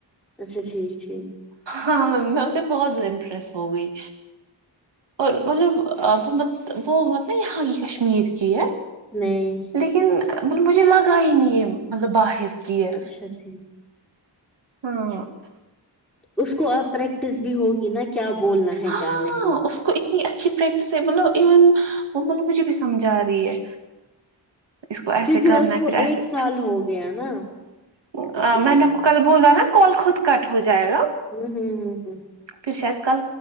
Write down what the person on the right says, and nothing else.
ہاں میں اس سے بہت زیادہ امپریس ہو گئی اور مطلب ا وہ مط وہ وہاں کی کشمیر کی ہے
لیکن مب مجھے لگا ہی نہیں ہے مطلب باہر کی ہے
ہاں
ہاں
اس کو اتنی اچھی پریکٹس ہے مطلب علم وہ مطلب مجھے بھی سمجھا رہی ہے اس کو ایسے
کرنا
ہے پھر ایسے
اہہ
میں
نا کو کل بولا نا کال خود کٹ ہو جائے گا
پھر شاید کل